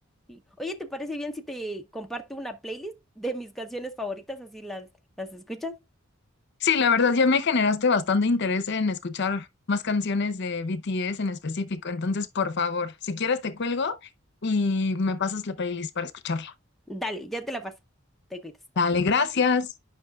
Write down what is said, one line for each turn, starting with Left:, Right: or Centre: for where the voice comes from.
Centre: sí. Oye, ¿te parece bien si te comparto una playlist de mis canciones favoritas? Así las, las escuchas.
Left: Sí, la verdad ya me generaste bastante interés en escuchar más canciones de BTS en específico. Entonces, por favor, si quieres te cuelgo y me pasas la playlist para escucharla.
Centre: Dale, ya te la paso. Te cuidas.
Left: Dale, gracias.